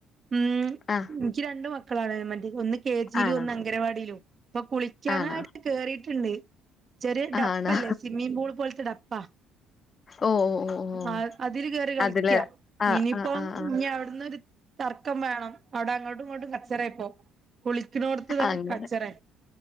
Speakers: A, on the right; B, on the left.
A: ഉം
B: ആ,
A: ഇൻക്ക് രണ്ട്മക്കളാണ് മറ്റേ ഒന്ന് കെ ജിലും
B: ആണോ?
A: ഒന്ന് അഗനവാടിയിലും ഇപ്പൊ കുളിക്കാനായിട്ട്
B: ആണോ?
A: കേറീട്ട്ണ്ട്. ചെറിയഡപ്പല്ലേ
B: ആണോ?
A: സിമ്മിപൂൾ പോൽത്തെ ഡപ്പാ
B: ഓ! ഓ! ഓ! ഓ!
A: ആഅതില്കേറി കളിക്ക
B: അതില് ആ,
A: ഇനിയിപ്പം
B: ആ, ആ, ആ.
A: ഞ്ഞിഅവിട്ന്നൊരു തർക്കംവേണം. അവിടെഅങ്ങോട്ടുംഇങ്ങോട്ടും കച്ചറെപ്പോകുളിക്ക്ണോട്ത്ത്കച്ചറെ
B: അങ്ങനെ.